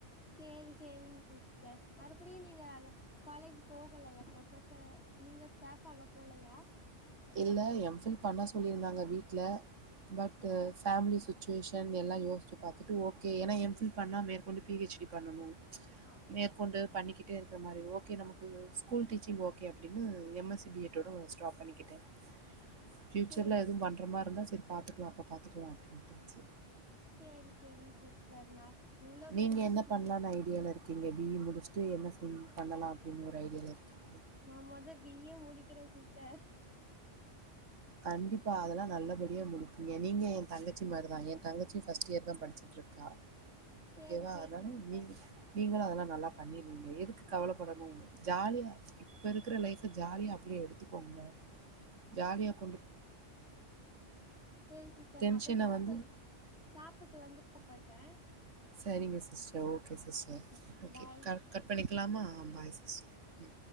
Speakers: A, on the left; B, on the right.
A: சரி சரிங்க சிஸ்டர் மறுபடியும் நீங்க காலேஜ் போகலயா ப்ரொபசர் நீங்க ஸ்டாப் ஆக போலயா
B: இல்லை எம்ஃபில் பண்ணா சொல்லியிருந்தாங்க வீட்டில் பட் ஃபேமிலி சுச்சுவேஷன் எல்லாம் யோசிச்சத்து பார்த்துட்டு ஓகே ஏன்னா எம்ஃபில் பண்ணா மேற்கொண்டு பிஹெச்டி பண்ணணும்
A: அ
B: மேற்கொண்டு பண்ணிக்க பட்டேக்க மாரி ஓ நமக்கு ஸ்கூல் டீச்சிங் ஓகே அப்படினு எம்எஸ்சி பியஎட்டோட ஸ்டாப் பண்ணிக்கிட்டேன். பண்ணிக்கிட்டேன் பியூச்சர்ல
A: சேரி
B: எதுவும் பண்ற மாரியிருந்தா சொல் சரி பார்த்துக்கலாம் அப்போ பார்த்துக்கலாம் அப்படின்னு மட்டும் வச்சு
A: சரி சரி சிஸ்டர் நா இவ்ளோ
B: நீங்க
A: படிச்சிருக்கீங்க
B: என்ன பண்ணலாம்னு ஐடியால இருக் பிஇ முடிச்சுட்டு என்ன செ பண்ணலாம் அப்படின்னு ஒரு ஐடியாவ இருக்குங்க
A: நான் முத பீஇய முடிக்கிறேன் சிஸ்டர்
B: கண்டிப்பா அதெல்லாம் நல்லபடியா முடிப்பீங்க நீங்க என் தங்கச்சி மாரிதான் என் தங்கச்சி பஸ்ட் இயர் தான் படிச்சிட்டுருக்கா
A: சேரி
B: ஓகேவா
A: சேரி
B: அதனால
A: சிஸ்டர்
B: நீங் நீங்களும் அதெல்லாம் நல்லா பண்ணிருவீங்க எதுக் கவலைப்பாடதீங்க ஜாலியா இப்ப இருக்கிற லைஃப் ஜாலியா அப்படியே எடுத்துக்கோங்க ஜாலியாப்
A: செரி சிஸ்டர்
B: டென்ஷன
A: நான் போய் சாப்ட்
B: வந்து
A: சாப்பிட்டு வந் கூப்பிர்றேன்
B: செரிங்க சிஸ்டர் ஓகே சிஸ்டர்
A: சேர்
B: ஓகே
A: பாய்
B: கட் பண்ணிக்கலாமா ஆ பாய் சிஸ்டர்